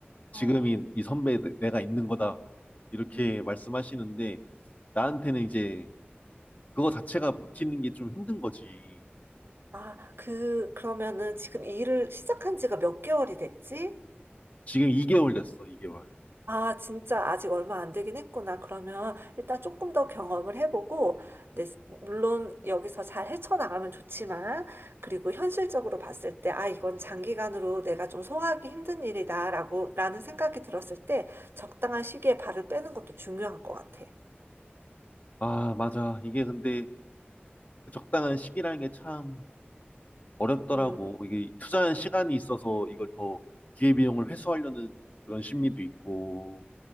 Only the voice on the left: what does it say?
지금이
이 선배 내- 가 있는 거다. 이렇게
말씀하시는데 나한테는 이제 그거 자체가 버티는 게 좀 힘든 거지.
지금 2개월 됐어, 2개월.
아, 맞아. 이게 근데 그 적당한 시기라는 게 참 어렵더라고.
이게 투자한 시간이 있어서 이걸 더 기회비용을 회수하려는 그런 심리도 있고.